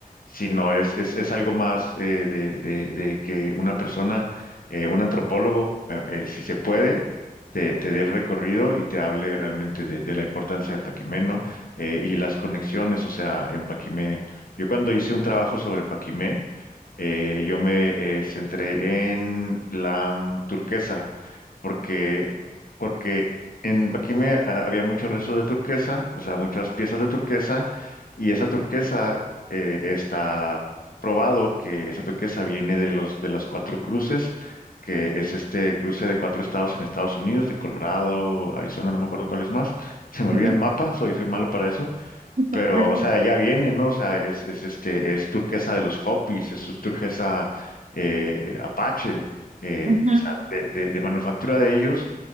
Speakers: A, on the left; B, on the right.
A: sino es, es, es algo más eh, de, de, de que una persona, eh, un antropólogo, eh, eh, si se puede, te, te dé el recorrido y te hable realmente de, de la importancia de Paquimé, ¿no? Eh, y las conexiones, o sea, en Paquimé. Yo cuando hice un trabajo sobre Paquimé, eh, yo me eh, centré en la mm, turquesa porque, porque en aquí me ah, había muchos restos de turquesa, o sea, muchas piezas de turquesa y esa turquesa eh, está probado que esa turquesa viene de los de los cuatro cruces, que es este cruce de cuatro estados en Estados Unidos, de Colorado, Arizona, no me acuerdo cuál es más. Se me olvida
B: ujú, ujú,
A: el mapa, soy soy malo para eso
B: ujú,
A: pero, o sea, de allá viene, ¿no? O sea, es, es este, es turquesa de los Hopis, es su turquesa eh, Apache, eh,
B: ujú,
A: que, o sea, de, de- de manufactura de ellos,